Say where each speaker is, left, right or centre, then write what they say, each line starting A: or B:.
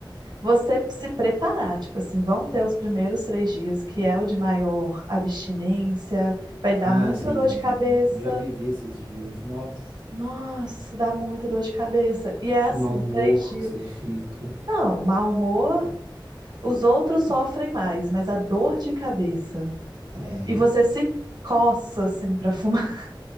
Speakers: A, on the right (about 55°); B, on the right (about 75°).
A: você se preparar, tipo assim, vão ter os primeiros três dias que é o de maior abstinência, vai dar
B: Ah,
A: muita
B: sei
A: dor
B: bem,
A: de cabeça.
B: já vivi esses dias. Nossa,
A: Nossa, dá muita dor de cabeça. E é assim,
B: o mau humor
A: três dias.
B: que você fica.
A: Não, o mau humor, os outros sofrem mais, mas a dor de cabeça
B: É.
A: E você se coça, assim, pra fumar.